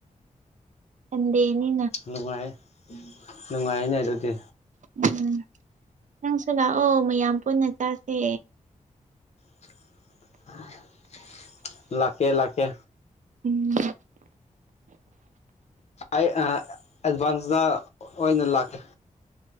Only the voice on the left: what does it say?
ꯅꯨꯡꯉꯥꯏ ꯅꯨꯡꯉꯥꯏꯅꯦ ꯑꯗꯨꯗꯤ
ꯑ ꯂꯀꯦ ꯂꯥꯀꯦ
ꯑꯩ ꯑꯦꯗꯚꯥꯟꯁꯇ ꯑꯣꯏꯅ ꯂꯥꯛꯀꯦ